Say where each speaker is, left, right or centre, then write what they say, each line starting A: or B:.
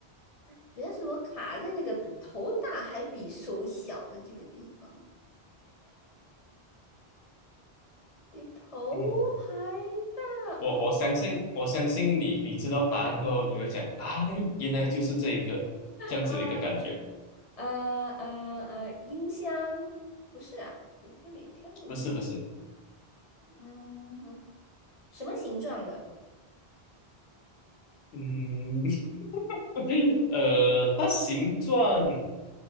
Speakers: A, on the left; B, on the left.
A: 主要是我卡在那个比头大还比手小的这个地方，比头还
B: 嗯，
A: 大吗？
B: 我我相信我相信你你知道答案过后，你会讲啊，原来就是这一个这样子一个感觉，
A: 呃呃呃呃，音箱不是啊，也不是每天都用，
B: 不是不是，
A: 嗯哼，什么形状的？
B: 嗯。<laughs> 呃，它形状，